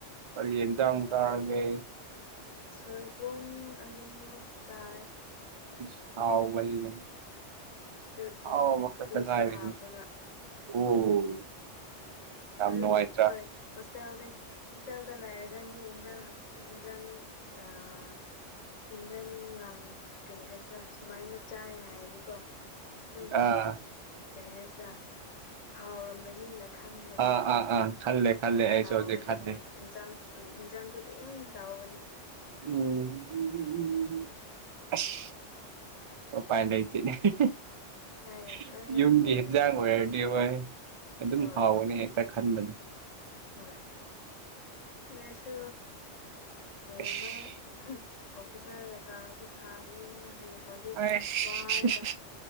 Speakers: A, on the right (about 45°); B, on the left (about 90°).
A: ꯀꯔꯤ ꯌꯦꯟꯖꯥꯛ
B: ꯍꯣꯏ
A: ꯆꯥꯔꯒꯦ?
B: ꯁꯣꯏꯕꯨꯝ ꯑꯂꯨ ꯆꯥꯏꯌꯦ꯫
A: ꯏꯁ ꯍꯥꯎꯕꯅꯤꯅꯦ꯫
B: ꯑꯗꯨ ꯇꯤꯟ
A: ꯑꯍꯥꯎꯕ
B: ꯇꯤꯟꯐꯤꯁꯁꯨ
A: ꯈꯛꯇ ꯉꯥꯏꯔꯦꯅꯦ
B: ꯍꯥꯞꯄꯒ
A: <unintelligible>
B: ꯑꯗꯨꯅ
A: ꯅꯨꯡꯉꯥꯏꯇ꯭ꯔꯥ
B: ꯍꯣꯏ ꯍꯣꯁꯇꯦꯜꯗꯤ ꯍꯣꯁꯇꯦꯜꯗ ꯂꯥꯏ ꯔꯅꯤ ꯏꯟꯖꯥꯡ ꯍꯥ ꯏꯟꯖꯥꯡ ꯑꯥ ꯏꯟꯖꯥꯡ ꯅꯪ ꯀꯔꯤ ꯍꯥꯏꯁꯤꯔꯥ ꯁꯨꯃꯥꯏꯅ ꯆꯥꯏ ꯍꯥꯏꯔꯗꯤꯀꯣ ꯑꯗꯨꯝ,
A: ꯑꯥ
B: ꯀꯔꯤ ꯍꯥꯏꯁꯦꯔꯥ ꯍꯥꯎꯔꯝꯒꯅꯤꯅ ꯈꯟꯕꯗꯣ
A: ꯑꯥ ꯑꯥ ꯑꯥ ꯈꯜꯂꯦ
B: ꯑꯗꯨꯃꯥꯏꯅ
A: ꯈꯜꯂꯦ ꯑꯩꯁꯨ
B: ꯇꯥꯎꯕꯅꯦ
A: ꯍꯧꯖꯤꯛ ꯈꯟꯔꯤ꯫
B: ꯍꯣꯏ ꯏꯟꯖꯥꯡ ꯎꯟ ꯏꯟꯖꯥꯡ ꯈꯨꯗꯤ ꯇꯥꯎꯕꯅꯤ꯫
A: ꯎꯝ <unintelligible> ꯑꯁ ꯑꯣꯄꯥꯏ ꯂꯩꯇꯦꯅꯦ <unintelligible>
B: ꯍꯥꯏꯔꯛꯇ꯭ꯔꯦ
A: ꯌꯨꯝꯒꯤ
B: ꯍꯣꯁꯇꯦꯜ
A: ꯑꯦꯟꯖꯥꯡ
B: ꯂꯩꯕꯅꯤꯅ
A: ꯑꯣꯏꯔꯗꯤ ꯍꯣꯏ ꯑꯗꯨꯝ
B: ꯍꯣꯏ
A: ꯍꯥꯎꯕꯅꯦ꯫ ꯇ ꯈꯟꯕꯅꯤ꯫
B: ꯍꯣꯏ ꯑꯩꯁꯨ ꯍꯥꯌꯦꯡ
A: ꯑꯁ
B: ꯋꯥꯏ <unintelligible> ꯑꯣꯐꯤꯁꯔꯒ ꯇꯧꯔꯗꯤ ꯐꯥꯒꯅꯤꯗꯅ ꯍꯌꯦ ꯍꯧꯖꯤꯛ
A: ꯑꯁ
B: ꯋꯥꯔꯒ꯫